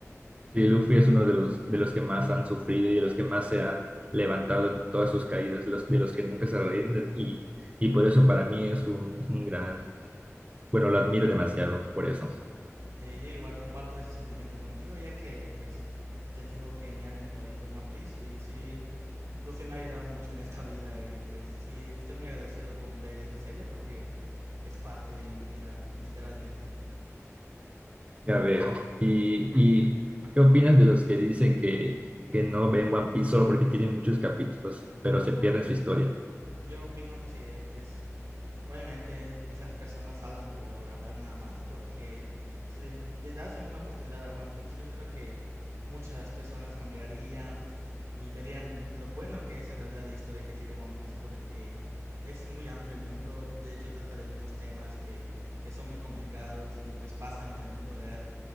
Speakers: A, on the right; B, on the right.
A: Sí, Luffy es uno de los, de los que más han sufrido y de los que más se han levantado en todas sus caídas, los, de los que nunca se rinden y, y por eso para mí es un, un gran, bueno, lo admiro demasiado por eso.
B: Eh, yo igual comparto ese sentimiento contigo, ya que pues te digo que mi anime favorito es One Piece y sí, Luffy me ha ayudado mucho en esta <laughs> vida y pues sí, estoy muy agradecido con ver esa serie porque es parte de mi vida, literalmente.
A: Ya veo. ¿Y, y qué opinas de los que dicen que, que no ven One Piece solo porque tienen muchos capítulos, pero se pierden su historia?
B: Yo opino que pues Obviamente esas personas hablan por hablar nada más porque si le, le das una oportunidad a One Piece, yo creo que muchas personas cambiarían y verían lo bueno que es en realidad la historia que tiene One Piece porque es muy amplio el mundo, de hecho trata de muchos temas que, que son muy complicados y pues pasan en el mundo real